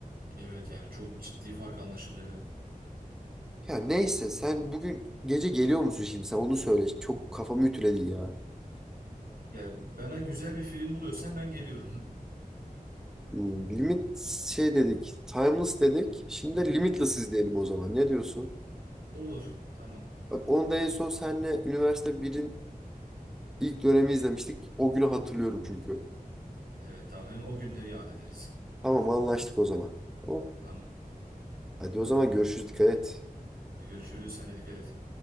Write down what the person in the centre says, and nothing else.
Ya neyse sen bugün gece geliyor musun şimdi sen onu söyle. Çok kafamı ütüledi ya.
Hmm, Limit şey dedik, timeless dedik. Şimdi de limitless
izleyelim o zaman. Ne diyorsun?
Bak onu da en son senle üniversite birin ilk dönemi izlemiştik. O günü hatırlıyorum çünkü.
Tamam anlaştık o zaman. Tamam.
Hadi o zaman görüşürüz. Dikkat et.